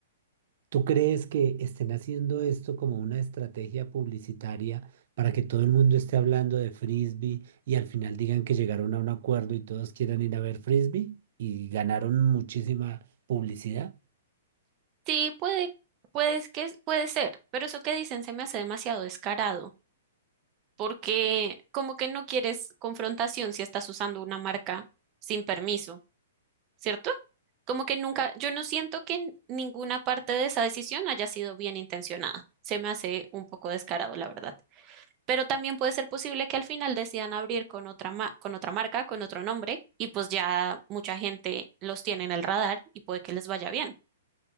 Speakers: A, on the right (about 60°); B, on the right (about 30°).
A: ¿Tú crees que estén haciendo esto como una estrategia publicitaria para que todo el mundo esté hablando de frisbee y al final digan que llegaron a un acuerdo y todos quieran ir a ver frisbee y ganaron muchísima publicidad?
B: Sí, puede, puede que, puede ser, pero eso que dicen se me hace demasiado descarado, porque como que no quieres confrontación si estás usando una marca sin permiso. ¿cierto? Como que nunca, yo no siento que en ninguna parte de esa decisión haya sido bien intencionada. Se me hace un poco descarado, la verdad. Pero también puede ser posible que al final decidan abrir con otra ma- con otra marca, con otro nombre, y pues ya mucha gente los tiene en el radar y puede que les vaya bien.